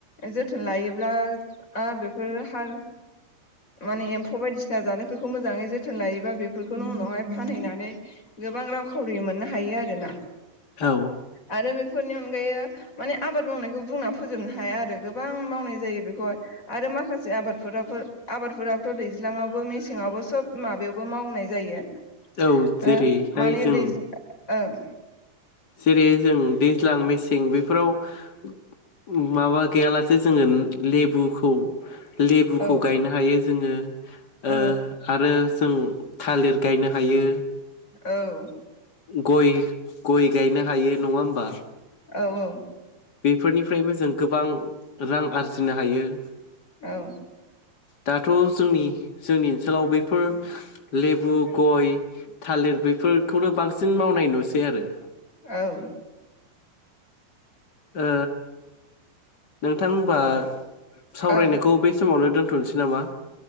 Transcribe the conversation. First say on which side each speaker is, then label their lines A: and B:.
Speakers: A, on the left; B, on the left.
A: जोथोन लायोब्ला बेफोरो हा माने एम्फौ बायदिसिना जानायफोरखौ मोजाङै जोथोन लायोबा बेफोरखौनो उनावहाय फानहैनानै गोबां रांखावरि मोननो हायो आरो ना।
B: औ।
A: आरो बेफोरनि अनगायै माने आबाद मावनायखौ बुंना फोजोबनो हाया आरो। गोबां मावनाय जायो बेखौहाय आरो माखासे आबादफोराबो आबादफोराबोथ' दैज्लाङावबो मेसेङावबो सब माबायावबो मावनाय जायो।
B: औ जेरैहाय
A: ओ माने
B: जों
A: दैज्लां ओं
B: जेरै जों दैज्लां मेसें बेफोराव उम माबा गैयालासे जोङो लेबुखौ लेबुखौ
A: औ
B: गायनो हायो जोङो
A: औ
B: ओ आरो जों थालिर गायनो हायो
A: औ।
B: गय गय गायनो हायो नङा होमबा?
A: औ औ।
B: बेफोरनिफ्रायबो जों गोबां रां आरजिनो हायो।
A: औ।
B: दाथ' जोंनि जोंनि ओनसोलाव बैफोर लेबु गय थालिर बेफोरखौनो बांसिन मावनाय नुसै आरो।
A: औ।
B: ओ। नोंथां होनबा सावरायनायखौ
A: ओं
B: बे समावनो दोनथ'नोसै नामा?